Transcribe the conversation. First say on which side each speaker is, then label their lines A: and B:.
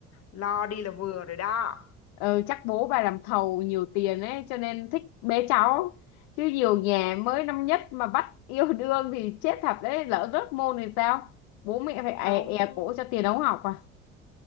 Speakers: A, on the left; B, on the left.
A: lo đi là vừa rồi đó
B: ừ, chắc bố bà làm thầu nhiều tiền ấy cho nên thích bế cháu chứ nhiều nhà mới năm nhất mà bắt yêu đương thì chết thật đấy lỡ rớt môn thì sao bố mẹ phải è,
A: không
B: è cổ cho tiền ống học à